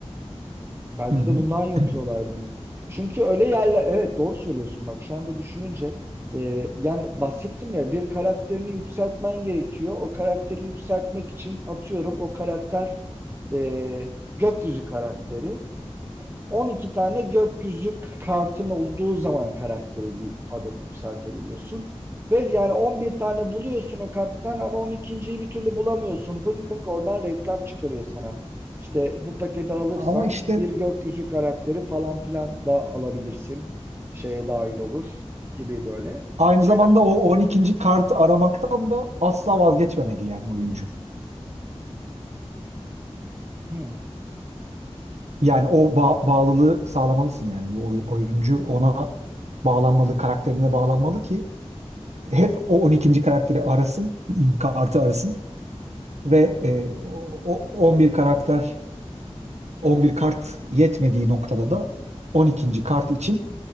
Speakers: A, on the right; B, on the right.
A: Belki
B: Hı hı.
A: de bundan yapıyorlar
B: <clears throat>
A: bunu. Çünkü öyle yerler, evet doğru söylüyorsun bak şu anda düşününce e, yani bahsettim ya bir karakterini yükseltmen gerekiyor. O karakteri yükseltmek için atıyorum o karakter e, gökyüzü karakteri. 12 tane gökyüzü kartın olduğu zaman karakteri bir adamı yükseltebiliyorsun. Ve yani 11 tane buluyorsun o karttan ama 12.yi bir türlü bulamıyorsun. Pınk pınk oradan reklam çıkarıyor sana. İşte bu paketi alırsan
B: Ama işte
A: bir gökyüzü karakteri falan filan da alabilirsin. Şeye dahil olur gibi böyle
B: aynı
A: şeyler.
B: zamanda o on ikinci kartı aramaktan da asla vazgeçmemeli yani oyuncu.
A: Hı.
B: Yani o ba- bağlılığı sağlamalısın yani bu oy- oyuncu ona bağlanmalı, karakterine bağlanmalı ki hep o on ikinci karakteri arasın, <clears throat> kartı arasın ve e, o o 11 karakter 11 kart yetmediği noktada da 12. kart için